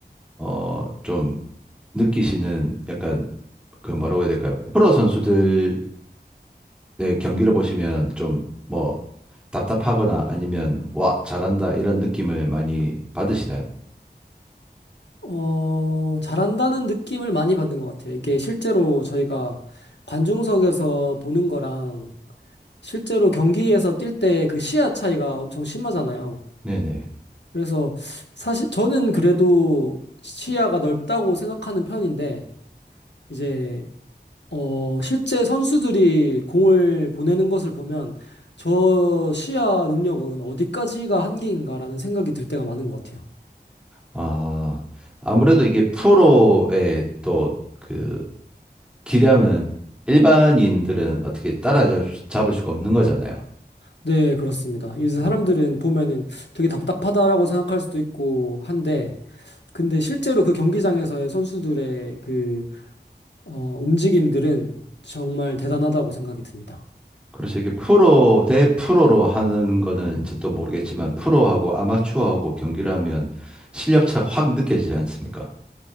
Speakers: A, in the centre; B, on the left (about 80°).
A: 어, 좀 느끼시는 약간 그 뭐라고 해야 될까요? 프로 선수들의 경기를 보시면 좀 뭐 답답하거나 아니면 와, 잘한다 이런 느낌을 많이 받으시나요?
B: 어, 잘한다는 느낌을 많이 받는 것 같아요. 이게 실제로 저희가 관중석에서 보는 거랑 실제로 경기에서 뛸 때 그 시야 차이가 엄청 심하잖아요.
A: 네네.
B: 그래서 사실 저는 그래도 시야가 넓다고 생각하는 편인데 이제 어 실제 선수들이 공을 보내는 것을 보면 저 시야 능력은 어디까지가 한계인가라는 생각이 들 때가 많은 것 같아요.
A: 아, 아무래도 이게 프로의 또 그 기량은 일반인들은 어떻게 따라잡을 수- 가 없는 거잖아요.
B: 네, 그렇습니다. 이제
A: 네.
B: 사람들은 보면은 되게 답답하다라고 생각할 수도 있고 한데 근데 실제로 그 경기장에서의 선수들의 그 어, 움직임들은 정말 대단하다고 생각이 듭니다.
A: 그래서 이게 프로 대 프로로 하는 거는 이제 또 모르겠지만 프로하고 아마추어하고 경기를 하면 실력 차가 확 느껴지지 않습니까?